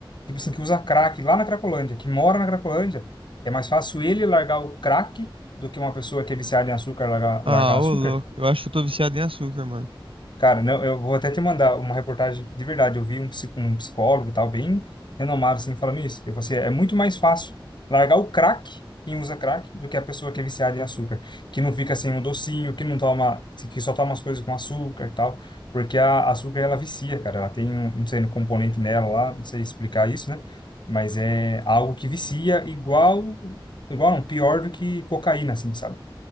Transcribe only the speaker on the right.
Ah,
ô louco, eu acho que eu tô viciado em açúcar, mano.